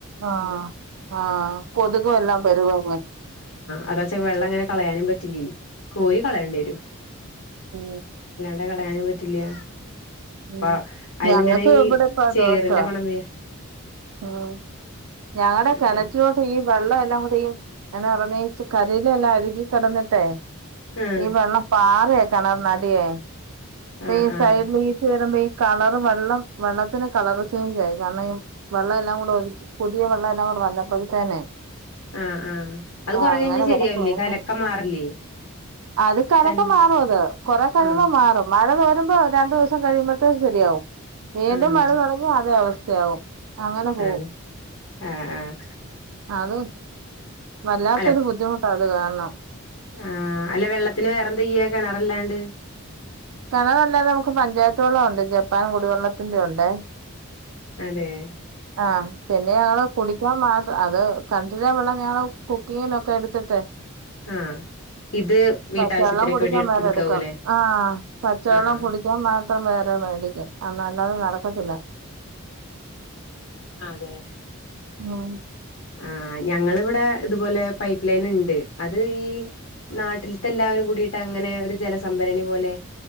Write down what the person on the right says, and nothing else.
ആ ആ ആ കൊതുകും എല്ലാം വെരുവാന്നെ
ഓ
ഉം
ഞങ്ങക്ക്
ഇവിടെ ഇപ്പ
ദോഷവാ
ഉം ഞങ്ങടെ
കെണറ്റിലോട്ട് ഈ വെള്ള <unintelligible> <unintelligible> പ്പ കരിയില എല്ലാം അഴികി കെടന്നിട്ടെ
ഈ വെള്ള പാ അതും എ കെണർന് അടിയെ ഇപ്പ
ഈ
സൈഡ് വീഴ്ച്ച വെരുമ്പ ഈ കളറ് വെള്ളം വെള്ളത്തിന് കളർ ചേഞ്ച് ആയി കാരണം ഈ വെള്ളം എല്ലാം കൂടെ ഒലിച്ച് പുതിയ വെള്ളം എല്ലാം കൂടെ വന്നപ്പെഴ്‌ത്തെനെ
ഓ
അങ്ങനെ
കെടക്കുവാന്ന്
അത് കലക്കം
മാറും അത് കൊറെ കഴിയുമ്പോ
മാറും മഴ തോരുമ്പോ രണ്ടു ദിവസം കഴിയുമ്പോ <unintelligible> ശരിയാവും വീണ്ടും
മഴ തൊടങ്ങി അതേ അവസ് ആവും അങ്ങനെ പോവും
അത് വല്ലാത്തൊരു
ബുദ്ധിമുട്ടാ ത് കാരണം
കെണറല്ലാതെ നമുക്ക് പഞ്ചായത്ത് വെള്ളം ഒണ്ട് ജപ്പാൻ കുടിവെള്ളത്തിന്റെ ഒണ്ടേ.
ആഹ് പിന്നെ ഞങ്ങള് കുടിക്കാൻ മാ അത് കെണറ്റിലെ വെള്ളം ഞങ്ങള് കുക്കിങ്ങിനൊക്കെ എടുത്തിട്ടേ
പച്ച വെള്ളം കുടിക്കാൻ
വേറെ
എടുക്കാ ആഹ് പച്ചവെള്ളം
കുടിക്കാൻ മാത്രം വേറെ മേടിക്കും. ആഹ് അല്ലാതെ നടക്കത്തില്ല
ഉം